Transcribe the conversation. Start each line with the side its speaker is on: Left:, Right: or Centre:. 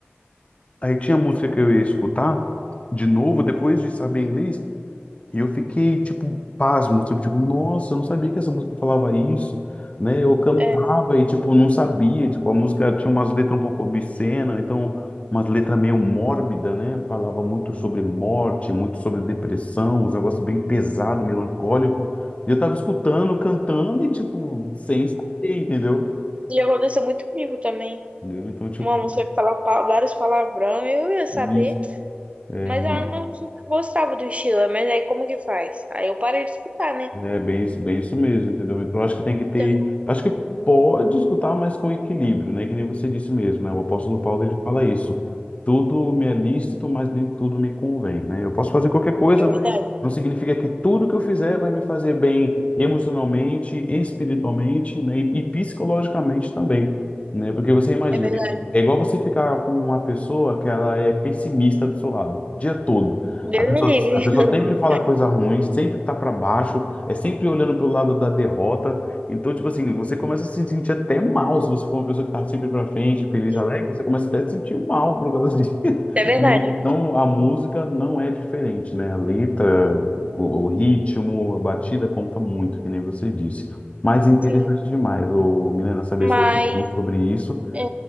Left: aí tinha música que eu ia escutar de novo depois de saber inglês. E eu fiquei, tipo, pasmo, tipo, tipo, nossa, eu não sabia que essa música falava isso, né? Eu cantava
Right: É,
Left: e, tipo, não sabia, tipo, a música tinha umas letras um pouco obscenas, então, umas letras meio mórbida, né? Falava muito sobre morte, muito sobre depressão, uns negócios bem pesado, melancólico. E eu tava escutando, cantando e, tipo, sem saber, entendeu?
Right: e aconteceu muito comigo também.
Left: Entendeu? Então, tipo,
Right: Uma música que falava pa- vários palavrão, eu ia saber,
Left: isso. é.
Right: mas era uma música que eu gostava do estilo, mas aí como que faz? Aí eu parei de escutar, né?
Left: É bem isso, bem isso mesmo, entendeu? Então, eu acho que tem que ter.
Right: Então,
Left: eu Acho que pode escutar, mas com equilíbrio, né? Que nem você disse mesmo, né? O apóstolo Paulo ele fala isso. Tudo me é lícito, mas nem tudo me convém, né? Eu posso fazer qualquer coisa,
Right: é verdade,
Left: mas não significa que tudo que eu fizer vai me fazer bem emocionalmente, espiritualmente, né? E, e psicologicamente também, né? Porque você imagina,
Right: é verdade.
Left: é igual você ficar com uma pessoa que ela é pessimista do seu lado, o dia todo.
Right: Deus
Left: A pessoa,
Right: me
Left: a pessoa
Right: livre.
Left: sempre
Right: <laughs>
Left: fala coisa ruim, sempre tá para baixo é sempre olhando pro lado da derrota. Então, tipo assim, você começa a se sentir até mal se você for uma pessoa que tá sempre pra frente, feliz,
Right: Sim,
Left: alegre, você começa até a se sentir mal por causa disso. <laughs>
Right: É verdade,
Left: Né? Então, a música não é diferente, né? A letra, o, o ritmo, a batida conta muito, que nem você disse. Mas é interessante
Right: sim.
Left: demais, ô, Milena, saber
Right: Mas,
Left: sua opinião sobre isso.
Right: é,